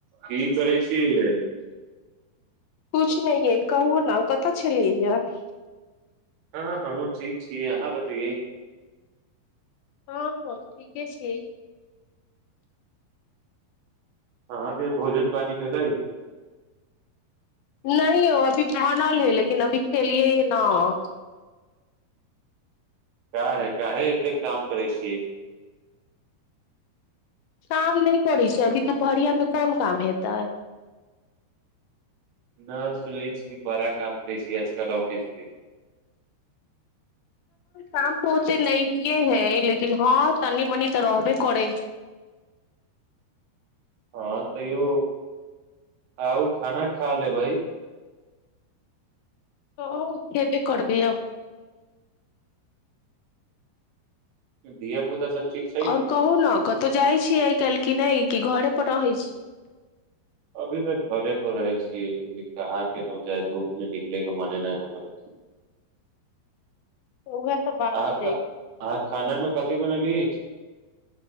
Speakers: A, on the right; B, on the left.
A: की करै छै छियै
B: कुछ नहि कहू ने कतऽ छलियब
A: हँ हँ हमहूँ ठीक छीयै अहाँ बतैैयै
B: हँ हँ ठीके छै
A: अहाँके भोजन पानी भलै
B: नहि यौअभी बनल हय लेकिन अभी खेलियए नहि
A: का काहे एत काम करै छी
B: काम नहि करै छै अभी दुपहरियामे कोन काम हेतै
A: न सुनी छी बरा काम करी छियै आजकल ऑफिस के
B: काम पहुते नहिए है लेकिन हँ तनी मनी तऽ रहबे करै
A: हँ तैयो आउ खाना खा लेबै
B: ओ के बे करगै आब
A: धिया पुता सब ठीक छै
B: आओर कहू ने कतहु जाइ छियै आइ काल्हि कि नहि कि घरे पर रहै छी
A: अभी तऽ घरे पर रहे छियै के न जाइ तऽ ओ अप नहि निकले कि मने नहि एना करै छै
B: तऽ उएह त बात
A: अहाँ
B: हय
A: खा अहाँ खाना मे कथी बनल अछि छ